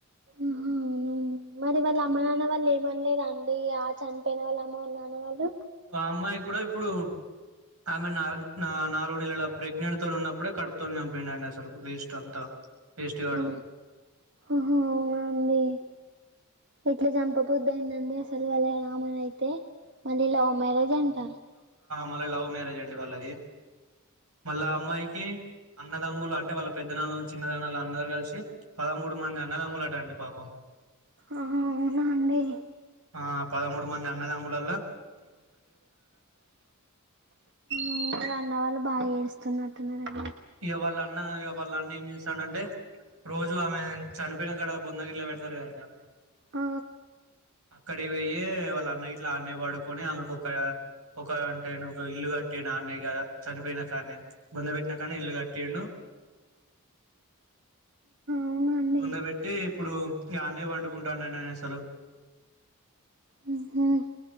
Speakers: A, on the right; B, on the right.
A: ఆహా అవున మరి వాళ్ళ అమ్మ నాన్న వాళ్ళు ఏమనలేదండి ఆ చనిపోయిన వాళ్ళు అమ్మ నాన్న వాళ్ళు
B: అమ్మాయి కూడా ఇప్పుడు ఆమె నగు నాలుగు నెలల ప్రెగ్నెంట్ తో ఉన్నప్పుడే కడుపుతోనే చంపిండ అండి అసలు వేస్ట్ అంతా వేస్ట్ గాడు
A: ఓ ఓహో అవునా అండి ఎట్లే జంప బుద్ధయ్దండి సలవాల అమనై అయితే మళ్ళీ లవ్ మ్యారేజ్ అంట
B: మళ్ళీ లవ్ మ్యారేజ్ అండి వాళ్ళది మళ్ళా అమ్మాయికి అన్నదామ్ములు అంటే వాళ్ళ పెద్దదలు చిన్నదనాలు అందరూ కలిసి పదమూడు మంది అన్నదమ్ములటండి పాపం
A: ఆహా అవునా అండి
B: ఆ పదమూడు మంది అన్నదముల్లలో
A: ఉమ్ అన్న వాళ్ళు బాగా ఏడుస్తున్నట్టు తున్నారే
B: ఇగాళన్నా ఇగాళ్ళ అన్న ఏం చేస్తానంటే రోజు ఆమె చనిపో ప్పిన అక్కడ బొన్నగిట్లా పెడతారు కద
A: అ
B: అక్కడి వెయ్యి వాళ్ళ అన్న గిట్లా అన్నయ్య పడుకొని ఆమెకొక ఒక ఒక అంటే ఒక ఇల్లు కట్టటి అన్నే ఇగ చనిపోయినా కాన్నే బొంద పెట్టిన అన్నే ఇల్లు కంటిండూ
A: అవునండి
B: బొంద బేట్టే ఇప్పుడు గన్నే పాన్డుకుంటానండి నాన్ అసలు
A: ఉ హుమ్